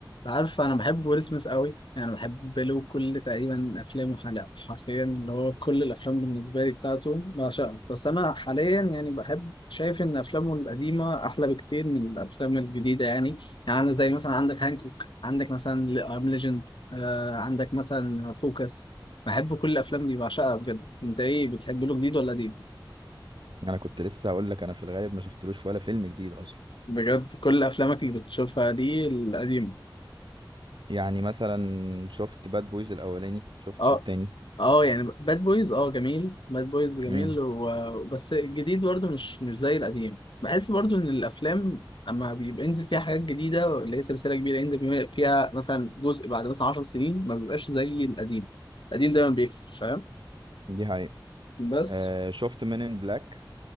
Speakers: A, on the left (about 75°); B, on the right (about 70°).
A: عارف انا بحب ويل سميث قوي يعني بحب له كل تقريبا افلامه حلقة حرفيا اللي هو كل الافلام بالنسبه لي بتاعته بعشقها بس انا حاليا يعني بحب شايف ان افلامه القديمه احلى بكتير من الافلام الجديده يعني يعني أنا زي مثلا عندك هانكوك عندك مثلا ام ليجند آه عندك مثلا فوكس بحب كل الافلام دي بعشقها بجد انت ايه بتحب له جديد ولا قديم
B: انا كنت لسه هقول لك انا في الغالب ما شفتلوش ولا فيلم جديد اصلا
A: بجد كل افلامك اللي بتشوفها دي القديمه
B: يعني مثلا شفت باد بويز الاولاني شفتش
A: اه
B: التاني
A: اه يعني باد بويز اه جميل باد بويز جميل
B: امم
A: و... بس الجديد برضو مش مش زي القديم بحس برضو ان الافلام لما بيبقى ينزل فيها حاجات جديده اللي هي سلسله كبيره ينزل بيها- فيها مثلا جزء بعد مثلا 10 سنين ما بيبقاش زي القديم القديم دايما بيكسب فاهم
B: دي حقيقة
A: بس
B: آه شفت مين ان بلاك